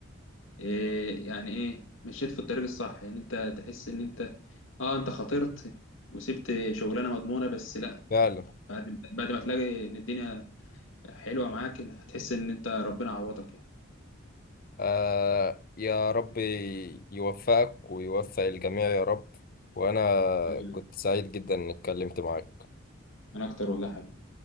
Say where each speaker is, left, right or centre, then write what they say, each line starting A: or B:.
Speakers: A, on the left (about 70°); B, on the left (about 45°).
A: إيه يعني ايه مشيت في الطريق الصح يعني انت تحس ان انت اه انت خاطرت وسبت شغلانه مضمونه بس لا
B: فعلا
A: بعد بعد ما تلاقي ان الدنيا حلوه معاك هتحس ان انت ربنا عوضك يعني
B: آه يا رب يوفقك ويوفق الجميع يا رب وأنا
A: مم.
B: كنت سعيد جدا إني اتكلمت معاك
A: انا اكتر والله يا حبيبي